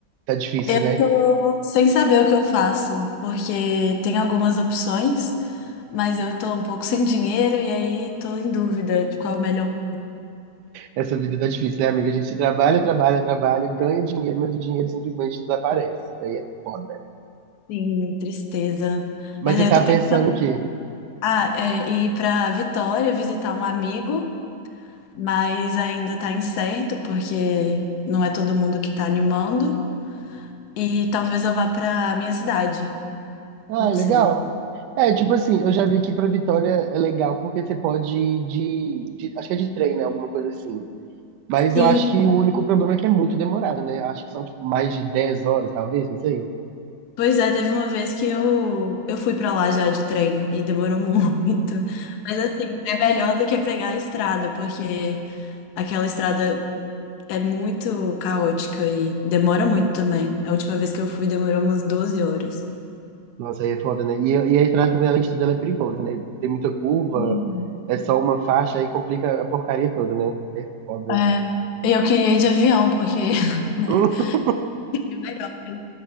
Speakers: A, on the right; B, on the left.
A: tá difícil,
B: Eu
A: né?
B: tô sem saber o que eu faço, porque tem algumas opções, mas eu tô um pouco <laughs> sem dinheiro e aí tô em dúvida de qual o melhor.
A: Essa vida tá difícil, né, amiga? A gente trabalha, trabalha, trabalha, ganha dinheiro, mas o dinheiro simplesmente desaparece. Isso daí é foda.
B: Sim, tristeza.
A: Mas
B: Mas
A: você
B: aí
A: tá
B: eu tô
A: pensando
B: pensando,
A: o quê?
B: ah, é, em ir pra Vitória visitar um amigo, mas ainda tá incerto, porque não é todo mundo que tá animando. E talvez eu vá pra minha cidade,
A: Ah,
B: não
A: legal.
B: sei.
A: É, tipo assim, eu já vi que pra Vitória é legal porque você pode ir de, de- Acho que é de trem, né? Alguma coisa assim. Mas
B: Sim,
A: eu acho que o único problema é que é muito demorado, né? Eu acho que são tipo, mais de dez horas, talvez, não sei.
B: Pois é, teve uma vez que eu, eu fui pra lá já de trem e demorou <laughs> muito. Mas assim, é melhor do que pegar a estrada, porque aquela estrada é muito caótica e demora muito também. A última vez que eu fui demorou umas doze horas.
A: Nossa, aí é foda, né? E, e a estrada também, além de tudo, ela é perigosa, né? Tem muita curva,
B: Hum.
A: é só uma faixa, aí complica a porcaria toda, né? Aí É foda.
B: É, e eu queria ir de avião, porque, <laughs> né?
A: <laughs>
B: Seria melhor, mas,